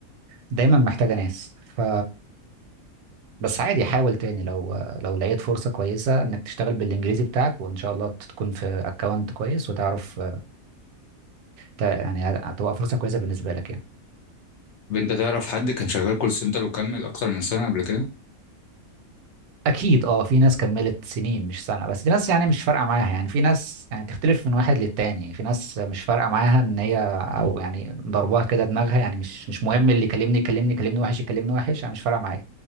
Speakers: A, on the right; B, on the left.
A: دايما محتاجة ناس ف بس عادي حاول تاني لو لو لقيت فرصة كويسة انك تشتغل بالانجليزي بتاعك وان شاء الله تكون في اكونت كويس وتعرف ت- يعني هتبقى فرصة كويسة بالنسبة لك يعني
B: طب انت تعرف حد كان شغال كول سنتر وكمل اكتر من سنه قبل كده
A: أكيد أه في ناس كملت سنين مش سنة بس دي ناس يعني مش فارقة معاها يعني في ناس يعني تختلف من واحد للتاني في ناس مش فارقة معاها إن هي أو يعني ضربها كده دماغها يعني مش مش مهم اللي يكلمني يكلمني يكلمني وحش يكلمني وحش أنا مش فارقة معايا